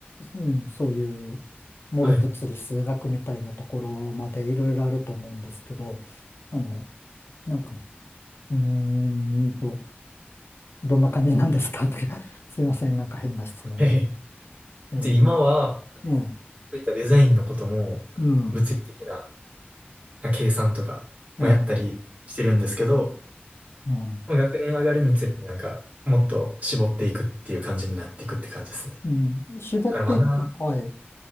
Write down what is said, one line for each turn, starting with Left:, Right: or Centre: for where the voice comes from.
Left: うん、そういう、もろ物理数学みたいなところまでいろいろあると思うんですけど、
Right: はい。
Left: あの、なんか、うーんと、どんな感じなんですかって <laughs> すいません、なんか変な質問で。
Right: はい
Left: ええ、
Right: で、今は、そ
Left: ええ、
Right: ういったデザインのことも、
Left: うん、
Right: 物理的なまあ計算とかもやったりしてるんですけど、
Left: ええ、うん。
Right: まあ、学年上がるにつれてなんか、もっと絞っていくっていう感じになっていくって感じですね。
Left: うん、絞っていく、
Right: だからまだ、
Left: はい。